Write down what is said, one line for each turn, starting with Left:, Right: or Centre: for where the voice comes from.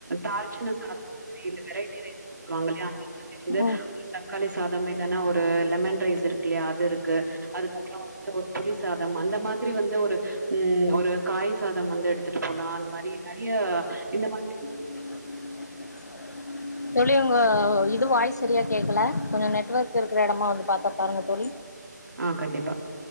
Right: தாள்ச்சின்ன சாதம் மாதிரி இல்ல வெரைட்டி ரைஸ் <inaudible> இல்யா அந்தமாதிரி வந்து
Left: ம்
Right: தக்காளி சாதம் இல்லன்னா ஒரு லெமன் ரைஸ் இருக் கில்லியா அது இருக்கு அதுக்கப்புறோ வந்துட்டு ஒரு புளி சாதம் அந்த மாதிரி வந்து ஒரு ம் ஒரு காய் சாதம் வந்து எடுத்துட்டு போலா அந்த மாரி நறிய இந்த <inaudible>
Left: <inaudible> தோழி உங்க இது வாய்ஸ் செரியா கேக்கல கொஞ்சோ நெட்வொர்க் நெட்டு இருக்கிற இடமா வந்து பார்த்து பாருங்க தோழி
Right: ஆ கண்டிப்பா